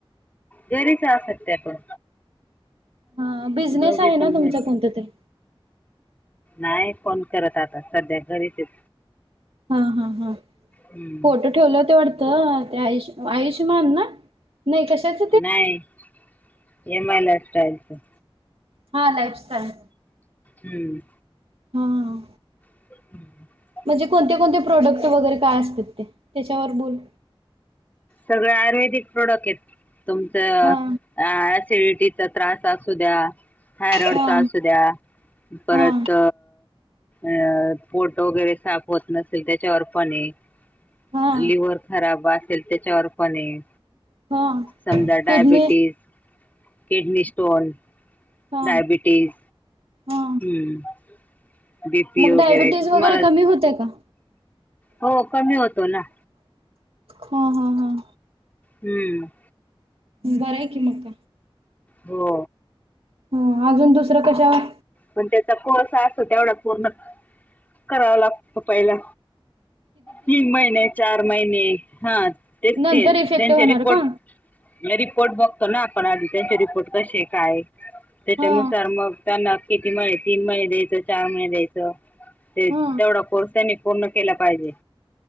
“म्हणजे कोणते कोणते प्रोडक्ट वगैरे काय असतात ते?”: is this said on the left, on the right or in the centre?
Right